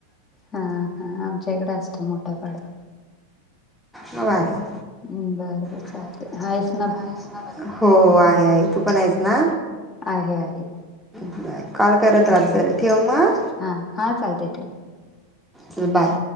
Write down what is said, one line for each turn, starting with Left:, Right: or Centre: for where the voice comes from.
Left: हा हा आमच्या इकडे असतो मोठा पाडवा
Centre: मग भारी नाही,
Left: हम्म बर लई चालतय
Centre: तुमच्या
Left: हा
Centre: आमच्याकडे हो आहे आहे तू पण आहेस ना
Left: आहे आहे
Centre: बर कॉल करत
Left: बरं
Centre: राहात चल ठेव मग?
Left: हां हां चालतंय ठेव
Centre: चल बाय.